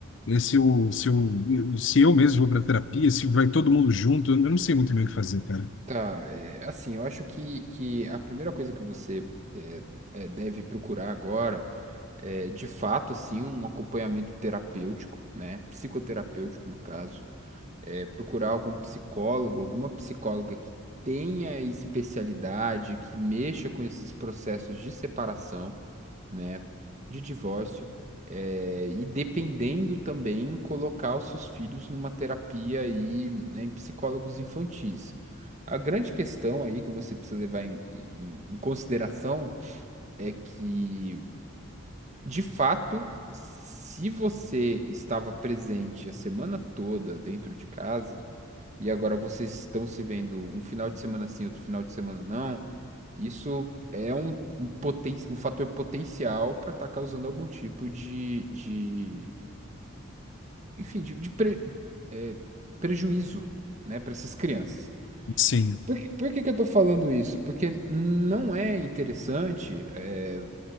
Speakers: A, on the left; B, on the right.
A: né? Se eu, se eu, se eu mesmo vou pra terapia, se vai todo mundo junto, eu não sei muito bem o que fazer, cara.
B: tá, é, assim, eu acho que, que a primeira coisa que você é, é, deve procurar agora é, de fato, assim, um acompanhamento terapêutico, né? Psicoterapêutico, no caso é, procurar algum psicólogo, alguma psicóloga que tenha especialidade, que mexa com esses processos de separação, né, de divórcio, é, e dependendo também colocar os seus filhos numa terapia aí, né, em psicólogos infantis. A grande questão aí que você precisa levar em, em em consideração é que, de fato, se você estava presente a semana toda dentro de casa, e agora vocês estão se vendo um final de semana sim, outro final de semana não, isso é um, um, poten um fator potencial para estar causando algum tipo de, de enfim, de, de pre- é, prejuízo, né, para essas crianças.
A: Sim.
B: Por, que- por que que eu tô falando isso? Porque não é interessante, é,